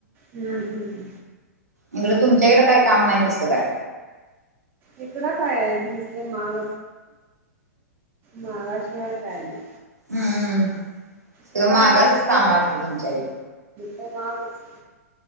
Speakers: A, on the right; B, on the right.
A: हम्म हम्म.
B: इकडं तुमच्या इकडं काय काम नाही तसं काय.
A: इकडं काय आहे. नुसते माग मागाशिवाय काय नाही.
B: हम्म. सगळं
A: ते काय
B: मागाचच काम आहे वाटतं तुमच्या इकडं.
A: हो मांगच.